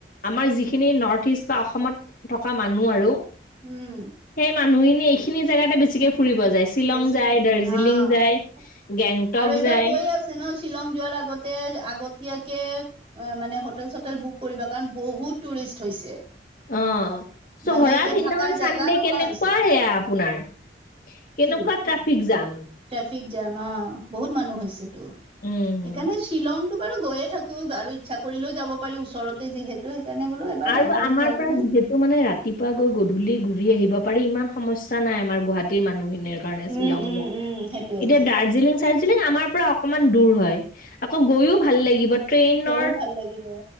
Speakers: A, on the left; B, on the right.
A: আমাৰ যিখিনি নৰ্থ ইষ্ট বা অসমত থকা মানুহ আৰু
B: উম
A: সেই মানুহখিনি এইখিনি জেগাতে বেছিকে ফুৰিব যায় শ্বিলং।
B: বেছিকে
A: যায়
B: অ
A: দাৰ্জিলিং
B: 'আৰু
A: যায় গেংটক
B: এইবাৰ
A: যায়
B: কৈয়ে আছে ন, শ্বিলং যোৱাৰ আগতে আগতীয়া টিকেট মানে হোটেল চোটেল বুক কৰিবা, কাৰণ বহুত টুৰিষ্ট হৈছে।
A: অহ' চহৰা
B: মানে এতিয়া
A: দিনাখন।
B: থাকাৰ
A: চানডে
B: জাগা নোহোৱা
A: কেনেকুৱা
B: হৈছে
A: সেয়া আপোনাৰ। কেনেকুৱা
B: কি
A: ট্ৰেফিক জাম।
B: ট্ৰেফিক জাম অ বহুত মানুহ হৈছেতো। সেইকাৰণে
A: উম, হুম।
B: শ্বিলংতটো বাৰু গৈ য়ে থাকো আৰু ইচ্ছা কৰিলেও যাব পাৰি ওচৰতে যিহেতু। সেইকাৰণে বোলো এবাৰ
A: আৰু
B: দাৰ্জিলিং
A: আমাৰ
B: চাৰ্জিলিং
A: পৰা যিহেতু মানে ৰাতিপুৱা গৈ গধূলি ঘুৰি আহিব পাৰি ইমান সমস্যা নাই আমাৰ গুৱাহাটীৰ মানুহ খিনিৰ কাৰণে
B: উম
A: শ্বিলং
B: উম
A: যোৱাটো
B: উম সেইটোয়েটো
A: এতিয়া দাৰ্জিলিং দাৰ্জিলিং আমাৰ পৰা অকমান দূৰ হয়। আকৌ গৈওভাল লাগিব। ট্ৰেইনৰ
B: গৈ ভাল লাগিব।